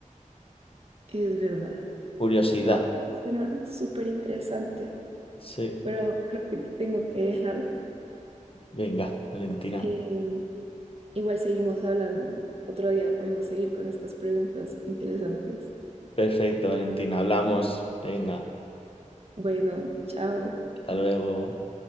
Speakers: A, on the right; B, on the left.
A: es verdad.
B: Curiosidad.
A: No, sí, suena súper interesante,
B: Sí,
A: pero creo que te tengo que dejar.
B: venga, Valentina.
A: Eh, igual seguimos hablando. Otro día podemos seguir con estas preguntas interesantes.
B: Perfecto, Valentina, hablamos. Venga,
A: Bueno, chao.
B: hasta luego.